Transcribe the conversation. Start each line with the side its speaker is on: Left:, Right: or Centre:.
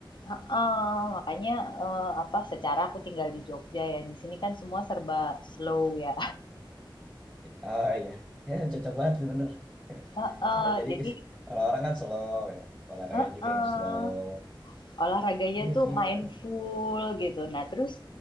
Left: Heeh, makanya eh, apa? Secara aku tinggal di Jogja ya, di sini kan semua serba slow ya.
Centre: Ah iya. Ya, cocok banget tuh bener. <laughs>
Left: <laughs> Heeh,
Centre: Soalnya jadi
Left: jadi
Centre: orang-orang kan slow ya. Olahraga
Left: heeh.
Centre: juga yang slow.
Left: Olahraganya
Centre: Iya
Left: tuh
Centre: sih,
Left: mindful
Centre: bener.
Left: gitu. Nah, terus